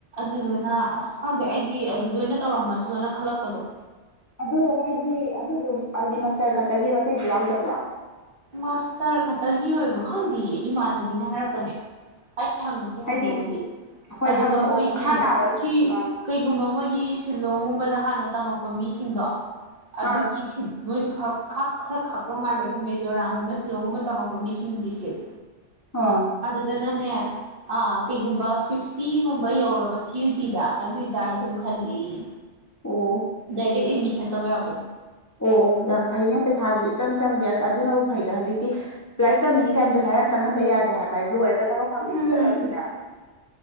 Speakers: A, on the right; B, on the left.
A: ꯑꯗꯨꯗꯨꯅ ꯑꯁ ꯈꯪꯗꯦ ꯑꯩꯗꯤ ꯑꯗꯨꯗ ꯑꯣꯏꯅ ꯇꯧꯔꯝꯃꯁꯨꯅ ꯈꯜꯂꯛꯄꯗꯣ
B: ꯑꯗꯣ ꯍꯥꯏꯗꯤ ꯑꯗꯨꯗꯣ ꯍꯥꯏꯗꯤ ꯃꯁꯇꯔ ꯈꯛꯇꯒꯤꯔꯣ ꯑꯇꯩꯗ ꯌꯥꯎꯗꯕ꯭ꯔꯣ
A: ꯃꯥꯁꯇꯔ ꯈꯛꯇꯒꯤ ꯑꯣꯏꯕ ꯈꯪꯗꯦꯌꯦ ꯏꯃꯥꯟꯅꯕꯤꯅ ꯍꯥꯏꯔꯛꯄꯅꯦ ꯑꯩ ꯍꯪꯉꯛꯀꯦ
B: ꯍꯥꯏꯗꯤ
A: ꯍꯪꯕꯕꯨꯗꯤ
B: ꯍꯣꯏ
A: ꯑꯗꯨꯒ
B: ꯍꯪꯉꯛꯑꯣ
A: ꯃꯣꯏꯒꯤ
B: ꯃꯈꯥ ꯇꯥꯕ
A: ꯁꯤ
B: ꯑꯥ
A: ꯀꯩ ꯀꯒꯨꯝꯕ ꯃꯣꯏꯒꯤ ꯁꯤꯂꯣꯡꯒꯨꯝꯕꯗ ꯍꯥꯟꯅ ꯇꯝꯃꯛꯄ ꯃꯤꯁꯤꯡꯗꯣ ꯑꯗꯨꯒꯤ
B: ꯑꯥ
A: ꯁꯤꯜ ꯃꯣꯏꯁꯨ ꯈ ꯈꯥꯀ ꯈꯔ ꯈꯄ ꯃꯥꯜꯦꯕ ꯃꯦ ꯖꯣꯔꯥꯃꯒꯨꯝꯕ ꯁꯤꯂꯣꯡꯒꯨꯝꯕ ꯇꯃꯛꯄ ꯃꯤꯁꯤꯡꯒꯤ ꯁꯤꯠ
B: ꯑꯣ
A: ꯑꯗꯨꯗꯅꯅꯦ ꯑꯥ ꯀꯩꯒꯨꯝꯕ ꯐꯤꯐꯇꯤꯒꯨꯝꯕ ꯌꯧꯔꯕ ꯁꯤ ꯌꯨ ꯗꯤꯗ ꯑꯗꯣꯏꯇꯔꯗꯨꯝ ꯈꯜꯂꯦꯌꯦ
B: ꯑꯣ
A: ꯗꯥꯏꯔꯦꯛ ꯑꯦꯠꯃꯤꯁꯟ ꯇꯧ ꯌꯥꯕꯗꯣ
B: ꯑꯣ ꯑꯣ ꯌꯥꯝ ꯐꯩꯅꯦ ꯄꯩꯁꯥꯁꯨ ꯏꯆꯪ ꯆꯪꯗꯦ ꯑꯁ ꯑꯗꯨꯅꯕꯨ ꯐꯩꯗ ꯍꯧꯖꯤꯛꯇꯤ ꯂꯥꯏꯔꯤꯛ ꯇꯝꯃꯤꯅꯤ ꯀꯥꯏꯅ ꯄꯩꯁꯥ ꯌꯥꯝ ꯆꯪꯍꯟꯕ ꯌꯥꯗꯦ ꯍꯥꯏꯕ ꯗꯨꯑꯣꯏꯔꯒ ꯊꯕꯛ
A: <unintelligible>
B: ꯐꯪꯅꯤꯁꯨ ꯅꯠꯇꯕꯅꯤꯅ